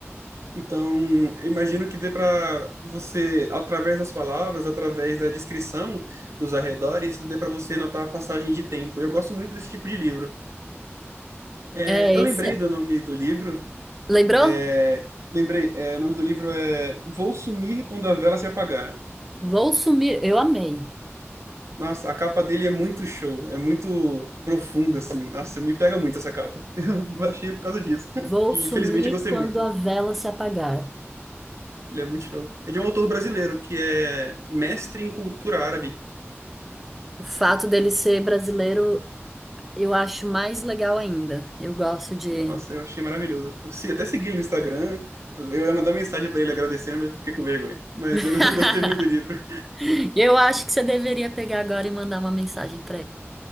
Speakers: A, on the right (about 80°); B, in the centre.
A: Então, eu imagino que dê para você, através das palavras, através da descrição dos arredores, dê para você notar a passagem de tempo. Eu gosto muito desse tipo de livro. É,
B: É
A: eu lembrei
B: esse.
A: do nome do livro.
B: Lembrou?
A: é, Lembrei, é, o nome do livro é Vou Sumir Quando a Vela Se Apagar.
B: Vou sumir. Eu amei.
A: Nossa, a capa dele é muito show, é muito profunda, assim. Nossa, me pega muito essa capa. <laughs> Eu achei por causa disso.
B: Vou
A: E
B: sumir
A: felizmente eu gostei
B: quando
A: muito.
B: a vela se apagar.
A: Ele é muito show. É de um autor brasileiro que é mestre em cultura árabe.
B: O fato dele ser brasileiro, eu acho mais legal ainda. Eu gosto de.
A: Nossa, eu achei maravilhoso. Eu se- até segui ele no Instagram. Eu ia mandar mensagem pra ele agradecendo, mas eu fiquei com vergonha. Mas
B: <laughs>
A: eu <laughs> gostei muito do livro.
B: Eu acho que você deveria pegar agora e mandar uma mensagem pra ele.